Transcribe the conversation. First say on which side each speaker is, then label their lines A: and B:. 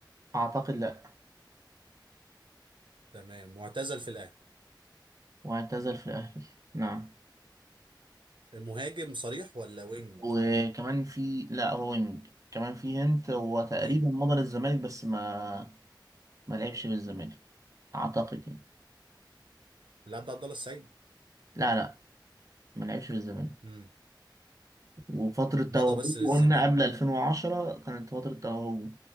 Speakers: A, on the right; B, on the right.
A: أعتقد لا
B: تمام واعتزل في الأهلي
A: واعتزل في الأهلي نعم
B: المهاجم صريح ولا وينج
A: وكمان في لا هو وينج كمان في هنت هو تقريبا
B: وينج
A: مضى للزمالك بس ما ما لعبش في الزمالك أعتقد يعني
B: اللاعب ده عبد الله السعيد
A: لا لا ما لعبش في الزمالك
B: امم
A: وفترة توهجه
B: مضى بس للزمالك
A: قلنا قبل 2010 كانت فترة توهجه